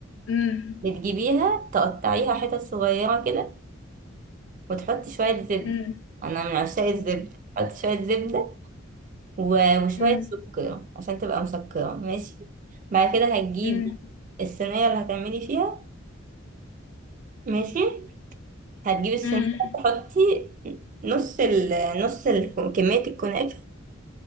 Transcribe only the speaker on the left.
امم
امم
امم
امم
امم